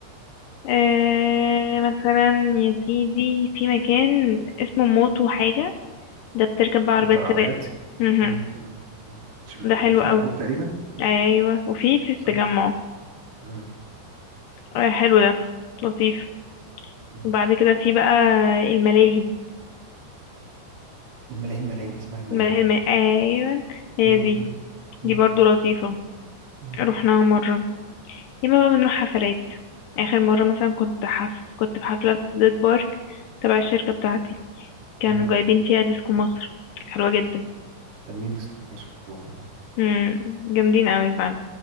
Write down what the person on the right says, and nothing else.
ده بتاع العربيات
مم. مم. مم. في
ال- في العبور
تقريبا
صح مم.
مم.
الملاهي الملاهي اللي اسمها ملاهي
مم.
مم. مم.
مم.
مم.
حلوين ديسكو مصر بحبهم